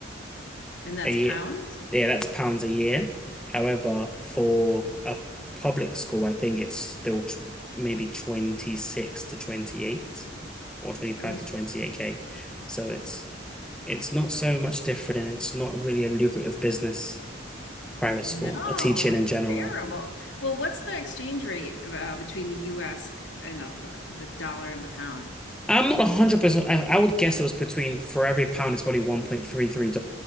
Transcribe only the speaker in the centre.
a year.
Yeah, that's pounds a year. However, for a public school, I think it's still tw maybe 26 to 28 or 25
to 28K. So it's it's not so much different and it's not really a lucrative business private
school or teaching
in general.
I'm not 100%. I, I would guess it was between, for every pound, it's probably $1.33.